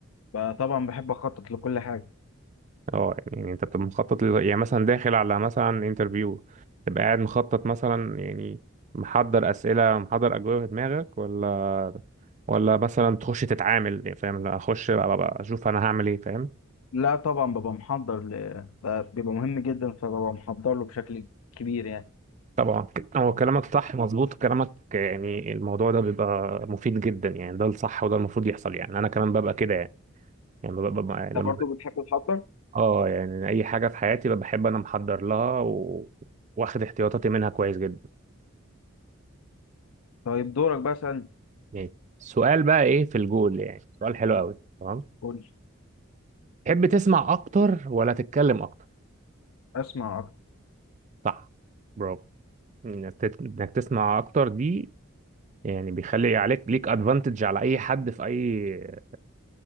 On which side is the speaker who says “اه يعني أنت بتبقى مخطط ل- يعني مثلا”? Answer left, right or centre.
Right